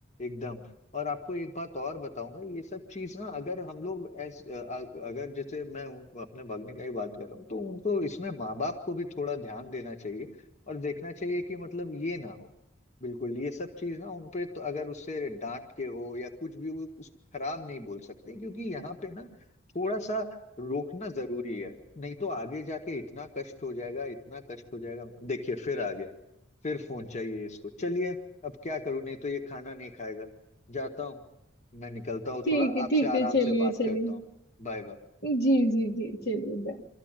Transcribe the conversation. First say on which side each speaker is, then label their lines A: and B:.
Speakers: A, on the left; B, on the left.
A: एकदम और आपको एक बात और बताऊंगा ये सब चीज ना अगर हम लोग एस अगर जैसे मैं उन- अपने भागने का ही बात कर रहा हूँ तो उनको इसमें माँ बाप को भी थोड़ा ध्यान देना चाहिए और देखना चाहिए कि मतलब ये ना हो बिल्कुल ये सब चीज ना उनपे तो अगर उससे डांट के हो या कुछ भी हो, कुछ खराब नहीं बोल सकते क्योंकि यहाँ पे ना थोड़ा सा रोकना जरूरी है नहीं तो आगे जाके इतना कष्ट हो जाएगा इतना कष्ट हो जाएगा देखिए फिर आ गया फिर फोन चाहिए इसको चलिए अब क्या करूं नहीं तो ये खाना नहीं खाएगा जाता हूँ मैं निकलता हूँ
B: ठीक
A: थोड़ा
B: है
A: आपसे
B: ठीक
A: आराम
B: है चलिए
A: से बात
B: चलिए
A: करता हूँ Bye bye
B: जी, जी, जी। चलिए, बाय।